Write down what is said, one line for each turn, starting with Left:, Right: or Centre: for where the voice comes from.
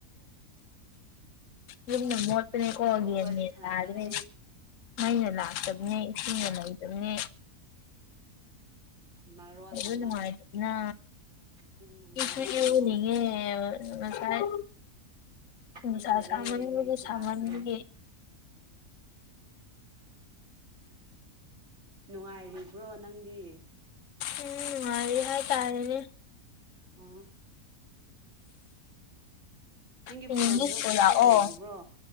Left: ꯌꯨꯝꯅ ꯃꯣꯠꯄꯅꯦꯀꯣ ꯌꯦꯟ
Right: ꯋꯥꯔꯤ
Left: ꯃꯦꯟ
Right: ꯁꯥꯟꯅꯕꯅꯦ
Left: ꯇꯗ꯭ꯔꯦꯅꯦ ꯃꯩꯅ ꯂꯥꯛꯇꯕꯅꯦ ꯏꯁꯤꯡꯅ ꯂꯩꯇꯕꯅꯦ
Right: ꯃꯔꯣꯟ
Left: ꯑꯗꯨ
Right: ꯑꯃ
Left: ꯅꯨꯡꯉꯥꯏꯇꯕꯅ
Right: ꯑꯗꯨꯅ ꯃꯔꯣꯟ
Left: ꯏꯁꯨ ꯏꯔꯨꯅꯤꯡꯉꯦꯕ
Right: ꯑꯃ
Left: ꯉꯁꯥꯏ ꯅꯨꯡꯁꯥ
Right: ꯈꯪꯗ꯭ꯔꯦ
Left: ꯁꯥꯃꯟꯕꯒꯤ
Right: ꯃꯩꯁꯨ
Left: ꯁꯥꯃꯟꯕꯒꯤ
Right: ꯂꯥꯛꯇ꯭ꯔꯦ ꯅꯨꯡꯉꯥꯏꯔꯤꯕ꯭ꯔꯣ ꯅꯪꯗꯤ
Left: ꯎꯝ ꯅꯨꯡꯉꯥꯏꯔꯤ ꯍꯥꯏ ꯇꯥꯔꯦꯅꯦ
Right: ꯎꯝ ꯅꯪꯒꯤ
Left: ꯍꯌꯦꯡꯗꯤ
Right: ꯐꯣꯟꯗꯣ
Left: ꯁ꯭ꯀꯨꯜ
Right: ꯕꯦꯇ꯭ꯔꯤ
Left: ꯂꯥꯛꯑꯣ
Right: ꯂꯩꯔꯤꯕ꯭ꯔꯣ